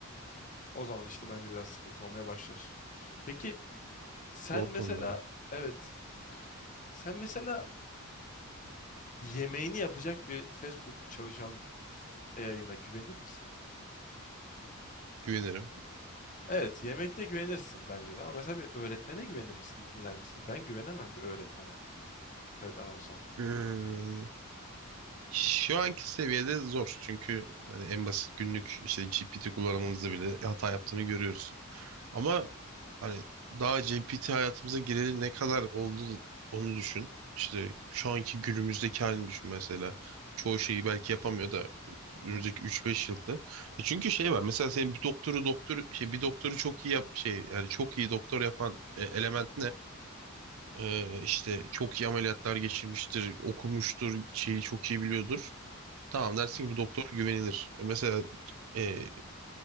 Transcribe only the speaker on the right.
Zor
konular ya.
Güvenirim.
Ee, şu anki seviyede zor. Çünkü hani en basit günlük işte GPT kullanmamızda bile hata yaptığını görüyoruz. Ama hani daha GPT hayatımıza gireli ne kadar oldu onu düşün. İşte şu anki günümüzdeki halini düşün mesela. Çoğu şeyi belki yapamıyor da
önümüzdeki
3-5 yılda. E çünkü şey var. Mesela senin bir doktoru doktor şey bir doktoru çok iyi yap şey yani çok iyi doktor yapan e, element Ee, işte çok iyi ameliyatlar geçirmiştir, okumuştur, şeyi çok iyi biliyordur. Tamam dersin ki bu doktor güvenilir. E, Mesela e,